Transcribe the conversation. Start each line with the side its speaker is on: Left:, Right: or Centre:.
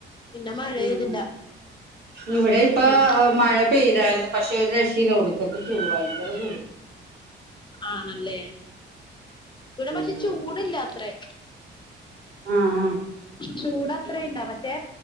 Left: പിന്നെ മഴ പെയ്തില്ല
Right: ഉം ഇവിടെയിപ്പൊ
Left: ശരി
Right: മഴ പെഴ്തായിരുന്നു പക്ഷെ ഒരു രക്ഷയില്ല ഒടുക്കത്തെ ചൂട് ഭയങ്കര ചൂട്
Left: ആണല്ലേ? ഇവടെ
Right: ഉം
Left: പക്ഷെ ചൂടില്ല അത്രെ
Right: ആഹ് ആഹ്
Left: ചൂട് അത്രയില്ല മറ്റേ